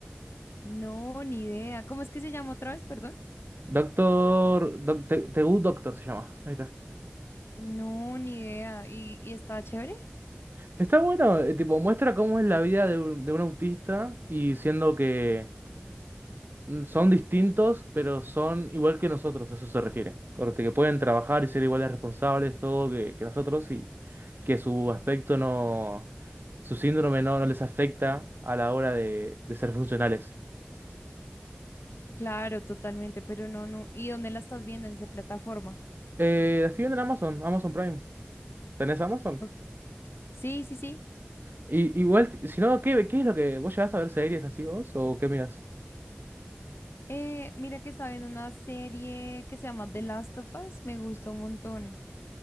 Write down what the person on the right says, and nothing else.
Doctor, Doc- The The Good Doctor se llama. Ahí está.
Está bueno, eh, tipo, muestra cómo es la vida de un, de un autista y siendo que mm, son distintos, pero son igual que nosotros, a eso se refiere. Corte, que pueden trabajar y ser igual de responsables, todo que, que nosotros y que su aspecto no, su síndrome no, no les afecta a la hora de, de ser funcionales.
Eh, la estoy viendo en Amazon, Amazon Prime. ¿Tenés Amazon?
Y igual, si no, ¿qué, qué es lo que vos llevas a ver series así vos o qué miras?